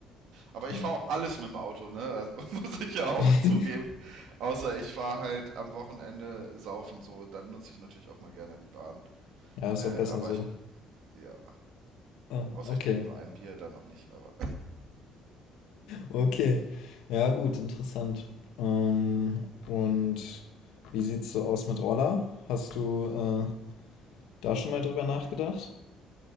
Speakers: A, on the right; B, on the left.
A: Aber
B: Ja,
A: ich fahre auch alles mit dem Auto, ne? Also <laughs> muss ich ja auch
B: <laughs>
A: zugeben. Außer ich fahre halt am Wochenende saufen so, dann nutze ich natürlich auch mal gerne die Bahn.
B: ja ist
A: Äh,
B: auch besser
A: aber
B: so.
A: ich, ja,
B: Ah,
A: außer
B: okay.
A: ich trinke nur ein Bier, dann auch nicht, aber.
B: Okay. Ja, gut, interessant. Ähm, und wie sieht's so aus mit Roller? Hast du äh, da schon mal drüber nachgedacht?